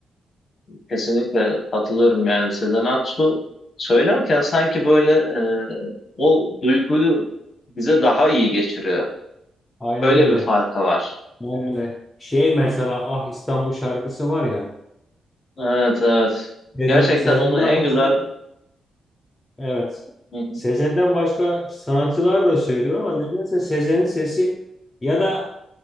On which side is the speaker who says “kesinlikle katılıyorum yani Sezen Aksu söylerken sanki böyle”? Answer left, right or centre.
Left